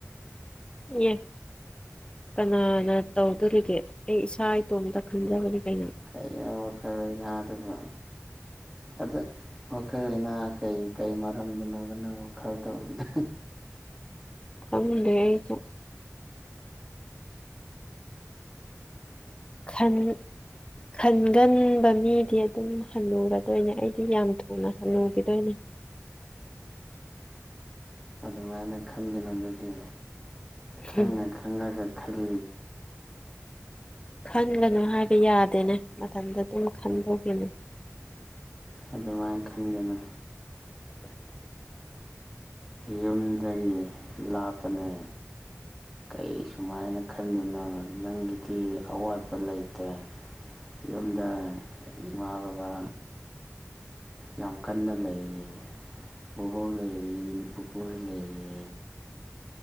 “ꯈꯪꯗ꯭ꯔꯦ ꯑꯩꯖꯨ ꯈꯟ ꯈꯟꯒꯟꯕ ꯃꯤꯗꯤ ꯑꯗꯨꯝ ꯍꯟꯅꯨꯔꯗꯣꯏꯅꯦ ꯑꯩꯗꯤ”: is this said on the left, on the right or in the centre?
Left